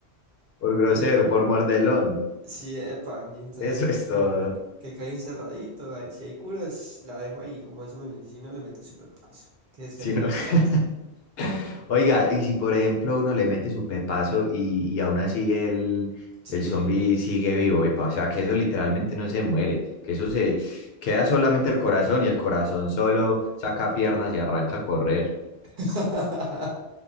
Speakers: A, on the left; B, on the right.
A: ¿Por grosero?
B: Y,
A: ¿Por mordelón?
B: sí, epa, y entonces
A: Eso
B: ya
A: es todo.
B: que, que cae encerradito, ay, si hay curas, la dejo ahí, como eso mismo, si no le meto súper paso, que descanse
A: Si no-
B: ya
A: <laughs>
B: más,
A: Oiga, y si por ejemplo uno le mete su pepazo y, y aún así el,
B: sí
A: el
B: que
A: zombie
B: digo,
A: sigue vivo, epa, o sea, que eso literalmente no se muere, que eso se queda solamente el corazón y el corazón solo saca piernas y arranca a correr.
B: <laughs>